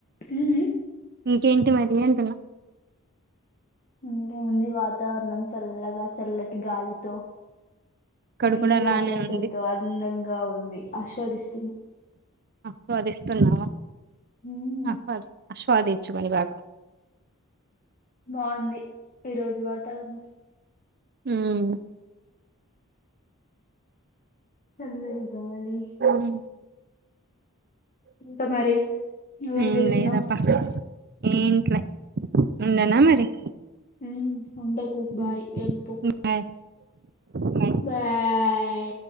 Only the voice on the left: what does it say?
ఉముమ్
ఇంకేముంది వాతావరణం చల్లగా చల్లటి గాలి లో
నీలి
ఆకాశంతో
అందంగా ఉంది ఆస్వాదిస్
హ్మ్
బావుంది ఈ రోజు వాతావరణం
చల్లగా గాలి
ఇంకా మరి నువ్వేం
చేస్తున్నావ్
ఉమ్ ఉండకు
బాయ్ వెలుపో
బాయ్